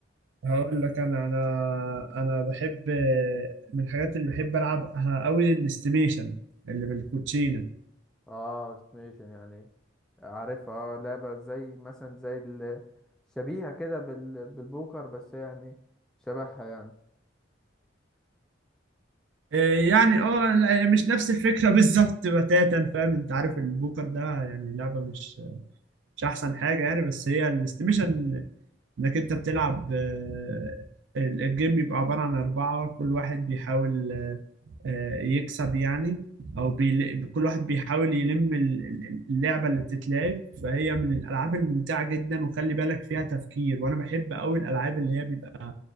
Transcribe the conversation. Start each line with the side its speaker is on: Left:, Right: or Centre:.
Right: هقول لك انا انا انا بحب من الحاجات اللي بحب العبها قوي الاستيميشن اللي بالكوتشينه
Centre: اه استيميشن يعني عارفها اه لعبة زي مثلا زي ال- شبيهة كده بال- بالبوكر بس يعني شبهها يعني
Right: إيه يعني اه لا، مش نفس الفكره <laughs> بالظبط بتاتا فاهم انت عارف البوكر ده يعني لعبه مش مش احسن حاجه يعني بس هي الاستيميشن انك انت بتلعب آه، ال- الجيم بيبقى عباره عن اربعه كل واحد بيحاول آه، يكسب يعني او بيل... كل واحد بيحاول يلم ال- ال- اللعبه اللي بتتلعب فهي من الالعاب الممتعه جدا وخلي بالك فيها تفكير وانا بحب قوي الالعاب اللي هي بيبقى